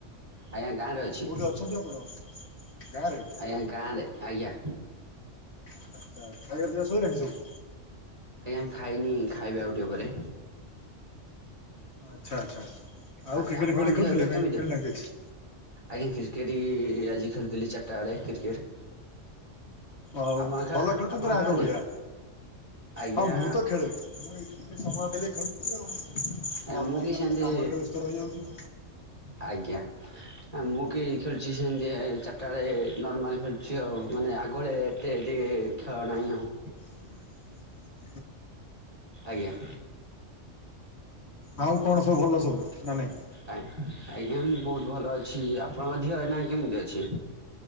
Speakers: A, on the right (about 30°); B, on the left (about 60°).
A: ଆଜ୍ଞା ଗାଁ ରେ ଅଛି।
B: କୋଉଠି ଅଛନ୍ତି ଆପଣ ଗାଁରେ
A: ଆଜ୍ଞା ଗାଁରେ ଆଜ୍ଞା।
B: ଆଚ୍ଛା ଖାୟା ପିଆ ସାଇଲାଣି ସବୁ
A: ଆଜ୍ଞା ଖାଇନି ଖାଇବି ଆଉ ଟିକେ ପରେ
B: ଆଚ୍ଛା ଆଚ୍ଛା ଆଉ
A: ଆଜ୍ଞା
B: କ୍ରିକେଟେ
A: ଆପଣଙ୍କ
B: ଫିକେଟେ
A: ଝିଅ
B: ଖେଳୁଥିଲେ
A: ଏବେ
B: ନା
A: କେମିତି
B: ଖେଳିନାହାନ୍ତି ଆଜି
A: ଆଜ୍ଞା କ୍ରିକେଟି ଆଜି ଖେଳିଥିଲି ଚାରିଟା ୟେଳେ କ୍ରିକେଟ୍
B: ଆଉ
A: ଆପଣ ଖେ
B: ଭଲ ଖେଳୁଛନ୍ତି
A: ଆପଣ
B: ନା
A: ଖେଳନ୍ତି
B: ଆଗ ଭଳିଆ
A: ଆଜ୍ଞା
B: ହଁ ମୁଁ ତ ଖେଳେ ମୁଁ ଏଇଠି ଟିକେ ସମୟ ପାଇଲେ ଖେଳୁଛି ଆଉ ନହେଲେ
A: ଆଜ୍ଞା ମୁଁ
B: ନାହିଁ
A: କି ସେମିତି
B: ଆଉ ତ କାମରେ ବ୍ୟସ୍ତ ରହିଯାଉଛି।
A: ଆଜ୍ଞା ଆ ମୁଁ କି ଖେଳୁଛି ସେମିତି ଚାରିଟା ୟେଳେ ନର୍ମାଲ ଖେଳୁଛି ଆଉ ମାନେ ଆଗ ହଳିଆ ତେ ଏଇଠି ଖେଳ ନାହିଁ ଆଉ
B: <inaudible>
A: ଆଜ୍ଞା
B: ଆଉ କଣ ସବୁ ଭଲ ସବୁ ନା ନାଇ
A: ଆ ଆଜ୍ଞା ମୁ ବହୁତ ଭଲ ଅଛି ଆପଣଙ୍କ ଧିଅ ଏଇନା କେମିତି ଅଛି?